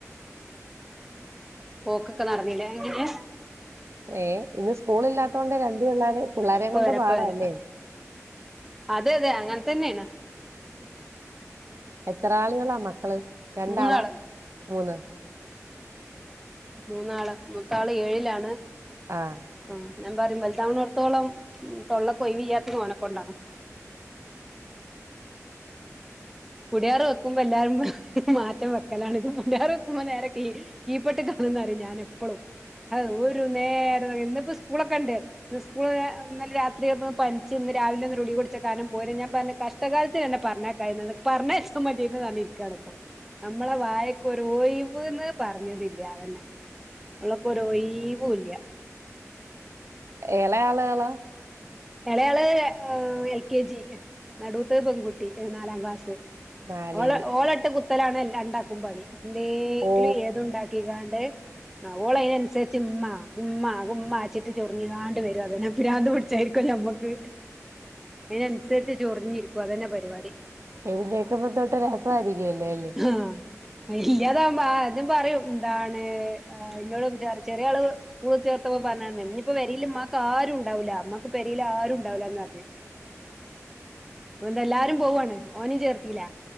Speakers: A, in the centre; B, on the right.
A: പോക്കൊക്കെ നടന്നീല്ലേ എങ്ങനെ
B: ഏ ഇന്ന് സ്കൂളില്ലാത്തോണ്ട് രണ്ടു പിള്ളേര് പിള്ളാരെ
A: ഇപ്പ
B: കൊണ്ട്
A: വരാ
B: പാടാല്ലേ
A: ഇപ്പ വരാ അതെ അതെ അങ്ങനെതന്നേണ്
B: എത്ര ആളുകളാ മക്കള് രണ്ടാളാ
A: മൂന്നാള്
B: മൂന്ന്
A: മൂന്നാള് മൂത്താള് ഏഴിലാണ്
B: ആഹ്
A: ഉം ഞാൻ പറയും വലുതാവണോട്ത്തോളം തൊള്ളക്ക് ഒയ്വില്ലാത്തത് ഓനക്കൊണ്ടാണ് <unintelligible> വെക്കുമ്പോ എല്ലാരും മാറ്റം വെക്കലാാണ് ഇത് <unintelligible> വെക്കുമ്പോ നേരെ കീ കീപൊട്ടേക്ക് ഞാൻ പറയും എപ്പളും ഒരു നേരം ഇന്നിപ്പോ സ്കൂളൊക്കെ ഇണ്ട് ഇന്ന് സ്കൂള് ഇന്നലെ രാത്രി ഒന്ന് പനിച്ച് ഇന്ന് രാവിലെ ഗുളിക കുടിച്ച കാരണം പോര് ഞാൻ പറഞ്ഞ് കഷ്ടകാലത്തിന് അന്നെ പറഞ്ഞേക്കായിരുന്നത് പറഞ്ഞയച്ചാ മതിയായിരുന്നു പറഞ്ഞ് ക്കണ് നമ്മളെ വായക്ക് ഒരു ഒഴിവ്ന്ന് പറഞ്ഞതില്ല അതന്നെ ഒള്ളപ്പൊ ഒരൊയിവുല്ല
B: എളയ ആള് ആളാ
A: എളയ ആള് ഏഹ് എൽ കെ ജി നടൂത്തത് പെൺകുട്ടി നാലാം ക്ലാസ്
B: നാലില്
A: ഓളെ ഓളട്ട് കുത്തലാണ് രണ്ടാക്കും ക്കും പണി എന്തേങ്കിലും
B: ഓ
A: ഏതുണ്ടാക്കി കാണ്ട് ഓള് അതിനനുസരിച്ച് ഉമ്മ ഉമ്മ ഉമ്മ അച്ചിട്ട് ചൊറിഞ്ഞ്ങ്ങാണ്ട് വരും പിന്നെ ഭ്രാന്ത്‌ പിടിച്ചായിരിക്കു നമ്മക്ക് അതിനനുസരിച്ച് ചൊറിഞ്ഞിരിക്കും അതന്നെ പരിപാടി
B: എഴുന്നേക്കുമ്പോ തൊട്ട് രസായിരിക്കുവല്ലോല്ലേ?
A: ആഹ് ഇല്ലാതാവുമ്പോ ആഹ് അതും പറയും എന്താണ് ഇന്നോട് ചെറിയ ചെറിയ ആള് സ്കൂളില് ചേർത്തപ്പോ പറഞാണ് ഇനിയിപ്പോ പെരേല്ഉമ്മാക്ക് ആരുണ്ടാവൂല്ല ഉമ്മാ ക്ക് പെരേല് ആരുണ്ടാവുല്ലാന്ന് പറഞ്ഞ് അത്കൊണ്ട് എല്ലാരും പോവാണ് ഓനിം ചേർത്തീല